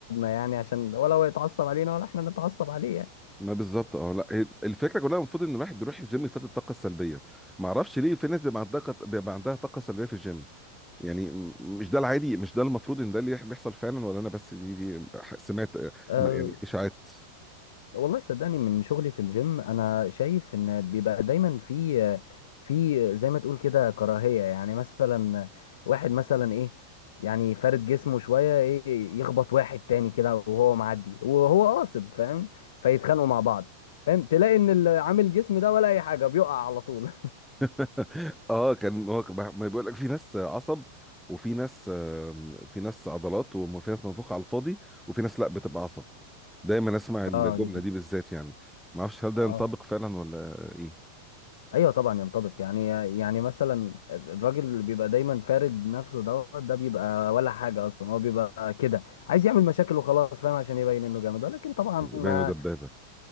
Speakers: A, on the left; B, in the centre.
A: يعني عشان ولا هو يتعصب علينا ولا احنا نتعصب عليه يعني
B: ما بالظبط اه لا هي الفكره كلها المفروض ان الواحد بيروح الجيم يفقد الطاقه السلبيه ما اعرفش ليه في ناس بيبقى عندها طاقة- بيبقى عندها طاقه سلبيه في الجيم يعني م- مش ده العادي مش ده المفروض ان ده اللي بيحصل فعلا ولا انا بس دي, دي آه، ح- سمعت آه،
A: آه،
B: م- يعني اشاعات
A: والله صدقني من شغلي في الجيم انا شايف ان بيبقى دايما في في زي ما تقول كده كراهية يعني مثلا واحد مثلا ايه يعني فارد جسمه شوية ايه يخبط واحد تاني كده وهو معدي وهو قاصد فاهم فيتخانقوا مع بعض فاهم تلاقي ان اللي عامل جسم ده ولا اي حاجة بيقع على طول
B: <laughs> اه كان هو كان بح- ما بيقول لك في ناس عصب وفي ناس آم، في ناس عضلات وفي ناس منفوخه على الفاضي وفي ناس لا بتبقى عصب دايما اسمع الجمله
A: <laughs> اه جدا
B: دي بالذات يعني ما اعرفش هل ده ينطبق
A: اه
B: فعلا ولا ايه
A: ايوه طبعا ينطبق يعني يعني مثلا الراجل اللي بيبقى دايما فارد نفسه دوت ده بيبقى ولا حاجه اصلا هو بيبقى كده عايز يعمل مشاكل وخلاص فاهم عشان يبين انه جامد لكن طبعا
B: باينه
A: اه
B: دبابه